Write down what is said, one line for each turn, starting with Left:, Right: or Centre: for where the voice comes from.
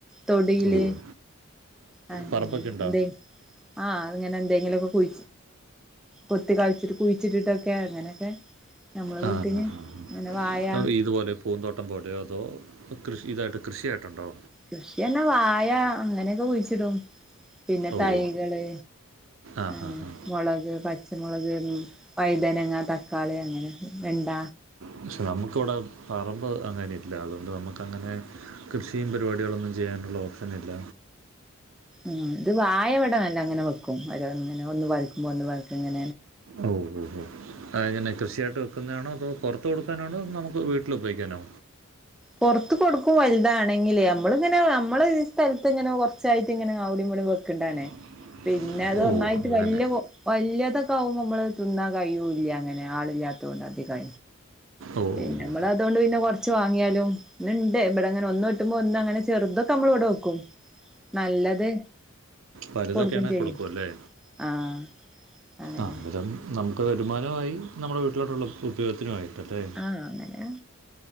Centre: തൊടിയില്
Right: ഓഹ്.
Centre: ആ
Right: പറമ്പൊക്കെ ഉണ്ടോ?
Centre: എന്ത് ആഹ് അത്ങ്ങനെ എന്തെങ്കിലുമൊക്കെ കുഴ കൊത്തി കളിച്ചിട്ട് കുഴിച്ചിട്ടിട്ടൊക്കെ അങ്ങനെയൊക്കെ നമ്മളെ
Right: ആഹ്
Centre: വീട്ടില്
Right: ആഹ് ആഹ്
Centre: അങ്ങനെ വായ
Right: അ ഈദ് പോലെ പൂന്തോട്ടം പോലയോ അതോ കൃഷി ഇതായിട്ട് കൃഷിയായിട്ടുണ്ടോ
Centre: കൃഷിന്നെ വാഴ അങ്ങനെയൊക്കെ കുഴിച്ചിടും പിന്നെ തൈകള്
Right: ഓഹ്. ആ,
Centre: അങ്ങനെ
Right: ആ, ആ.
Centre: മുളക് പച്ച ച്ചമുളക്, വൈതനങ്ങ, തക്കാളി അങ്ങനെ വെണ്ട
Right: പക്ഷെ നമുക്കിവിടെ പറമ്പ് അങ്ങനെ ഇല്ല അതുകൊണ്ട് നമുക്കങ്ങനെ കൃഷിയും പരിപാടികളൊന്നും ചെയ്യാനുള്ള ഓപ്ഷന് ഇില്ല
Centre: ആഹ് ഇത് വായവിടമല്ല അങ്ങനെ വെക്കും ഓരോന്ന് ഇങ്ങനെ ഒന്ന് കൊലക്കുമ്പോ ഒന്ന് കൊലക്കും ഇങ്ങനെ
Right: ഓഹ് ഓഹ് ഓഹ് അതെങ്ങനെ കൃഷിയായിട്ട് വെക്കുന്നതാണോ അതോ പുറത്ത് കൊടുക്കാനാണോ നമുക്ക് വിട്ട് ഉപയോഗിക്കാനോ
Centre: പൊറത്ത് കൊടുക്കും വലുതാണെങ്കില് നമ്മളിങ്ങനെ നമ്മള് ഈ സ്ഥലത്ത് ഇങ്ങനെ <unintelligible> ത്തിങ്ങനെ അവിടി ഇവടിം വെക്കുന്നതാണേ
Right: <inaudible>
Centre: പിന്നെ അത്
Right: ഓ
Centre: ഒന്നായിട്ട്
Right: അങ്ങനെ
Centre: വല്ല്യ വല്ല്യതൊക്കൊവുമ്പോ നമ്മള് തിന്നാൻ കഴിയും ഇല്ല അങ്ങനെ ആളില്ലാത്തൊണ്ട് അതൊക്കെ
Right: ഓ
Centre: പിന്നെ
Right: ഓ ഓ
Centre: നമ്മള് അതുകൊണ്ട് പിന്നെ കുറച്ച് വാങ്ങിയാലും ഇ ഇണ്ട് ഇവിടെ അങ്ങനെ ഒന്ന് വറ്റുമോ ഒന്ന് അങ്ങനെ ചെറുതൊക്കെ നമ്മള് വിടെ വെക്കും ക്കും നല്ലത്
Right: വലുതക്കെ
Centre: കൊടുക്കും
Right: ആണേൽ
Centre: ചെയ്യും
Right: കൊടുക്കല്ലേ
Centre: ആഹ് അങ്ങനെ
Right: ആഹ് അന്നേരം നമുക്ക് വരുമാനമായി നമ്മുടെ വീട്ടിലോട്ടുള്ള ഉപയോഗത്തിനുമായി ല്ലേ
Centre: ആഹ് അങ്ങനെ